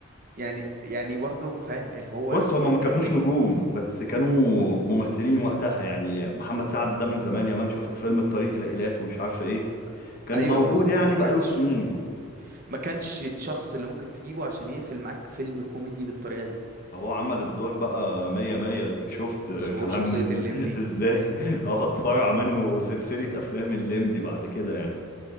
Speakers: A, on the right; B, on the left.
A: يعني يعني برضه فاهم اللي هو
B: بص
A: يعتبر
B: هما
A: كان
B: ما كانوش
A: النجم
B: نجوم بس كانوا ممثلين وقتها يعني محمد سعد ده من زمان يا مان شفت فيلم الطريق الى ايلات ومش عارف ايه كان
A: ايوه
B: موجود
A: بس
B: يعني
A: ما كانش
B: بقاله سنين
A: ما كانش الشخص اللي ممكن تجيبه عشان يقفل معاك فيلم كوميدي بالطريقه دي
B: هو عمل الدور بقى مية مية ديك شفت آه،
A: ظهور
B: كان عامل
A: شخصيه الليمبي
B: <laughs> ازاي اه اتفرع منه سلسلة افلام الليمبي بعد كده يعني